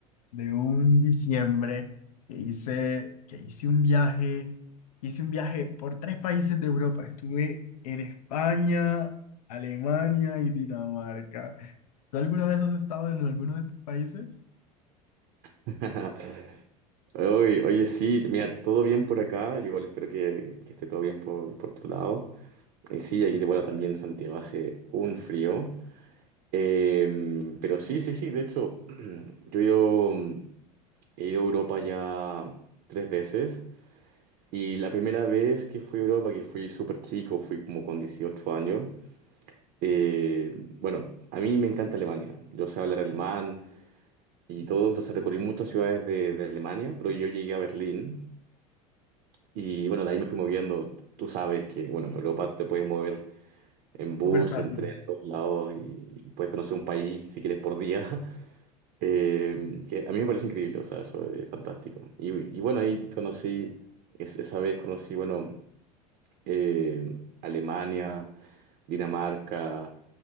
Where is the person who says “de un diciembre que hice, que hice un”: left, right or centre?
Left